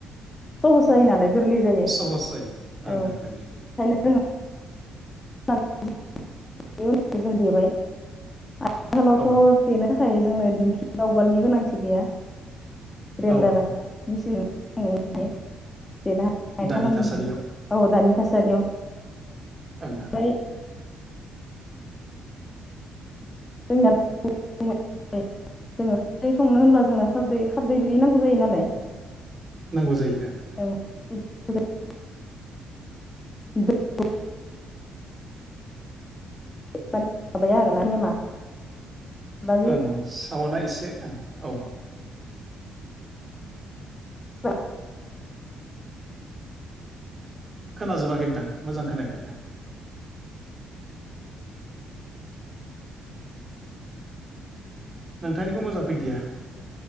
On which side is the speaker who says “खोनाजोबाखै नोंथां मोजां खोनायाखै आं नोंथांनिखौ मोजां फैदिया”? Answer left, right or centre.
Right